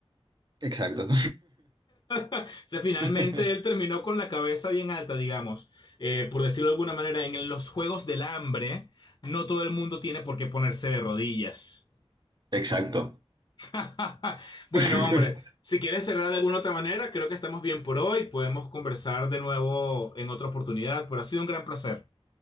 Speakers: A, on the right; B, on the left.
A: Exacto.
B: O sea, finalmente
A: <laughs>
B: él terminó con la cabeza bien alta, digamos. Eh, por decirlo de alguna manera, en los Juegos del Hambre, no todo el mundo tiene por qué ponerse de rodillas.
A: Exacto.
B: <laughs> Bueno,
A: <laughs>
B: hombre, si quieres cerrar de alguna otra manera, creo que estamos bien por hoy. Podemos conversar de nuevo en otra oportunidad, pero ha sido un gran placer.